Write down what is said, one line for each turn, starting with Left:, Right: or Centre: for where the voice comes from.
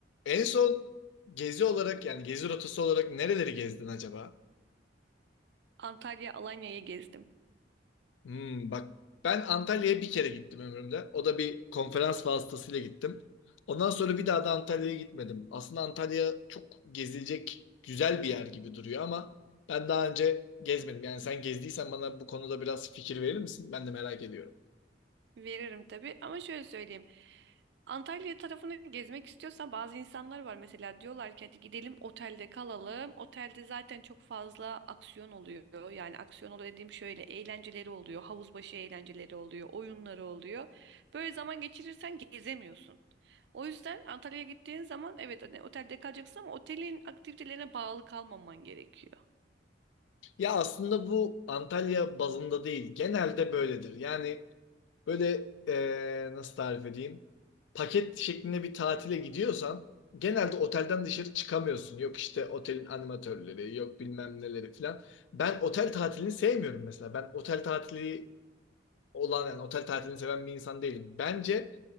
Left: En son gezi olarak yani gezi rotası olarak nereleri gezdin acaba?
Right: Antalya, Alanya'yı gezdim.
Left: Hmm, bak ben Antalya'ya bir kere gittim ömrümde. O da bir konferans vasıtasıyla gittim. Ondan sonra bir daha da Antalya'ya gitmedim. Aslında Antalya çok gezilecek güzel bir yer gibi duruyor ama ben daha önce gezmedim. Yani sen gezdiysen bana bu konuda biraz fikir verir misin? Ben de merak ediyorum.
Right: Veririm tabii ama şöyle söyleyeyim. Antalya tarafını gezmek istiyorsan bazı insanlar var mesela diyorlar ki hadi gidelim otelde kalalım. Otelde zaten çok fazla aksiyon oluyor. Yani aksiyon oluyor dediğim şöyle eğlenceleri oluyor. Havuz başı eğlenceleri oluyor. Oyunları oluyor. Böyle zaman geçirirsen gezemiyorsun. O yüzden Antalya'ya gittiğin zaman evet hani otelde kalacaksın ama otelin aktivitelerine bağlı kalmaman gerekiyor.
Left: Ya aslında bu Antalya bazında değil. Genelde böyledir. Yani Böyle eee, nasıl tarif edeyim? Paket şeklinde bir tatile gidiyorsan genelde otelden dışarı çıkamıyorsun. Yok işte otelin animatörleri, yok bilmem neleri falan. Ben otel tatilini sevmiyorum mesela. Ben otel tatili olan yani otel tatilini seven bir insan değilim. Bence